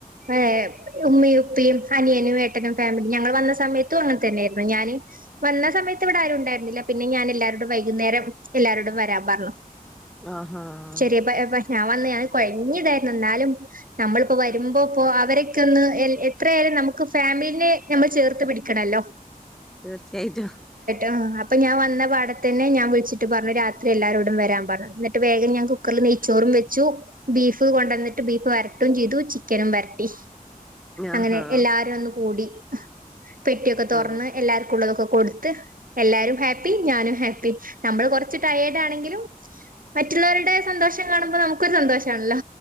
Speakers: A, on the right; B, in the centre.
A: ഏ എ ഉമ്മി ഉപ്പി അനിയനും ഏട്ടനും ഫാമിലി ഞങ്ങൾ വന്നസ് സമയത്തും അങ്ങതന്നെര്ന്നു ഞാന് വന്ന സമയത്ത് ഇവിടെ ആരും ഉണ്ടായിരുന്നില്ല പിന്നെ ഞാൻ എല്ലാ രൊടും വൈകുന്നേരം എല്ലാരോടും വരാ പറഞ്ഞു
B: ആഹ്ആഹ്
A: ശരിയ ഞാൻ വന്ന് ഞാൻ കൊഴഞ്ഞിയതായിരുന്നു ഇന്നാലും നമ്മളിപ്പോ വരുമ്പോ ഇപ്പോ അവരൊക്ക ഒന്ന് എ എത്രയലും നമുക്ക് ഫാമിലിനെ നമ്മൾ ചേർത്ത് പിടിക്കണല്ലോ
B: തീർച്ചയായിട്ടും
A: അം അപ്പൊ ഞാൻ വന്ന പാട തന്നെ ഞാൻ വിള്ച്ചിട്ട് പറ്ഞ്ഞു രാത് ത്തി എല്ലാരരോടും വരാൻ പറഞ്ഞു ഇന്നട്ട് വേഗം ഞാൻ കുക്കറ്ല് നെയ്ച്ചോറും വെച്ചു ബീഫ് കൊണ്ട ന്നിട്ട് ബീഫ് വര ഇതും ജിതും ചിക്കനും വരട്ടി അങ്ങനെ
B: ആഹാ
A: എല്ലാരും ഒന്ന് കൂടി പെട്ടിയൊക്കെ തൊറന്ന്
B: ഓ
A: എല്ലാർക്കു ഉള്ളതൊക്കെ കൊടുത്ത് എല്ലാരും ഹാപ്പി ഞാനും ഹാപ്പി നമ്മൾ കൊറച്ച് ട്ടയേർഡാണെങ്കിലും മറ്റുള്ളവരുടെ സന്തോഷം കാണുമ്പോ നമുക്കൊരു സന്തോഷാണല്ലോ